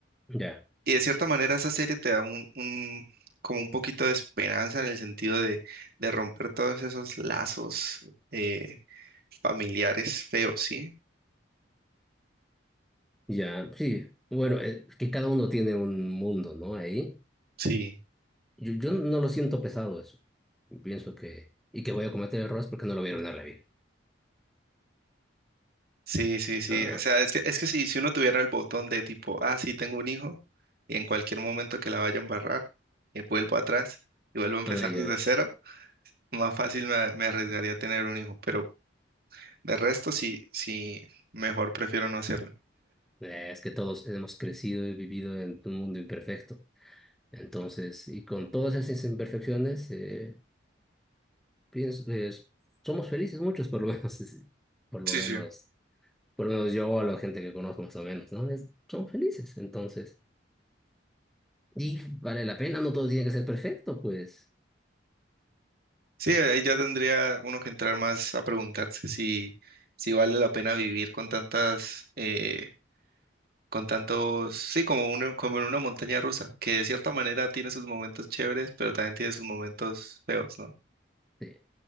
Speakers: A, in the centre; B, on the right.
A: ya.
B: Y de cierta manera esa serie te da un, un- como un poquito de esperanza en el sentido de, de romper todos esos lazos eh, familiares feos, ¿sí?
A: Ya, sí. Bueno, eh, que cada uno tiene un mundo, ¿no? Ahí.
B: Sí,
A: Yo, yo no lo siento pesado eso. Pienso que... Y que voy a cometer errores porque no lo voy a arruinar la vida.
B: sí, sí, sí.
A: Ah,
B: O sea, es que, es que si, si uno tuviera el botón de tipo, ah, sí, tengo un hijo, y en cualquier momento que la vaya a embarrar, eh, vuelvo atrás y vuelvo a empezar
A: ah, ya.
B: desde cero, más fácil me, me arriesgaría a tener un hijo, pero de resto sí, sí, mejor prefiero no hacerlo.
A: Eh, Es que todos hemos crecido y vivido en un mundo imperfecto. Entonces, y con todas esas imperfecciones, eh, pienso, pues, somos felices muchos, por lo <laughs> menos. es- Por lo
B: Sí,
A: menos,
B: sí.
A: por lo menos yo, a la gente que conozco más o menos, ¿no? Es, son felices, entonces. Y vale la pena, no todo tiene que ser perfecto, pues.
B: Sí, ahí ya tendría uno que entrar más a preguntarse si, si vale la pena vivir con tantas, eh, con tantos, sí, como uno, como en una montaña rusa, que de cierta manera tiene sus momentos chéveres, pero también tiene sus momentos feos, ¿no?
A: eh,